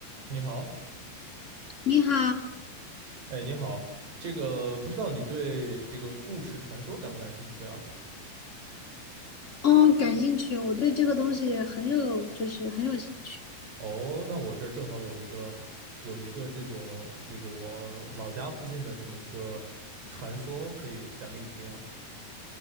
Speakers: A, on the right; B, on the left.
A: 你好，
B: 你好，
A: 哎，你好，这个不知道你对这个故事传说感不感兴趣啊？
B: 哦，感兴趣，我对这个东西也很有，就是很有兴趣。
A: 哦，那我这儿正好有一个有一个这种这个我老家附近的这么一个传说可以讲给你听啊。